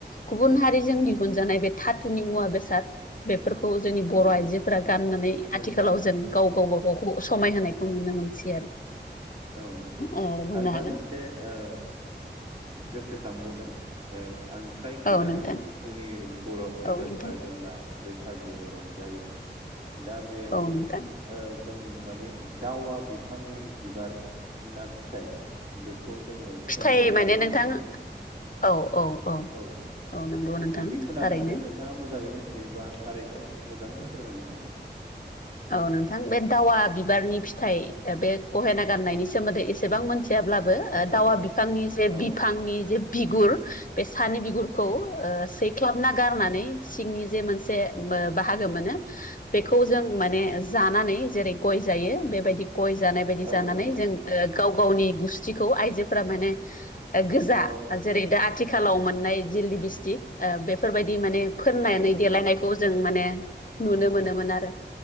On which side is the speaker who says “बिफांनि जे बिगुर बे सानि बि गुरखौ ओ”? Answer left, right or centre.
Left